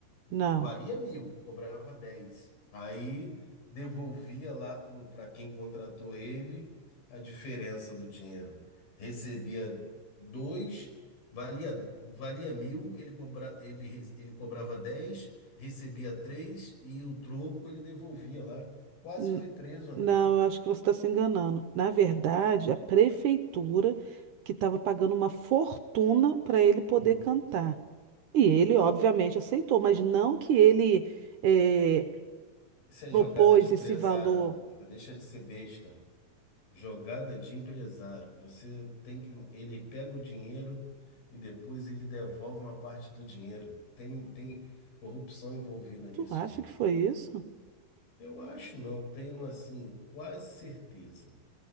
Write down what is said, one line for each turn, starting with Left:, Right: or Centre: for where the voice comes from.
Right: Não.
Left: valia mil, cobrava dez. Aí devolvia lá para quem contratou ele a diferença do dinheiro. Recebia dois, valia, valia mil, ele, cobra, ele, re- ele cobrava dez, recebia três e o troco ele devolvia lá. Quase
Right: N-
Left: foi preso, amiga.
Right: Não, eu acho que você está se enganando. Na verdade, a prefeitura que estava pagando uma fortuna para ele poder
Left: Hum.
Right: cantar. E
Left: Então,
Right: ele, obviamente, aceitou, mas não que ele eh,
Left: isso é
Right: propôs
Left: jogada de empresário,
Right: esse valor.
Left: amiga. Deixa de ser besta. Jogada de empresário. Você tem que. Ele pega o dinheiro e depois ele devolve uma parte do dinheiro. Tem, tem corrupção envolvida nisso
Right: Tu acha
Left: aí.
Right: que foi isso?
Left: Eu acho não, tenho assim, quase certeza.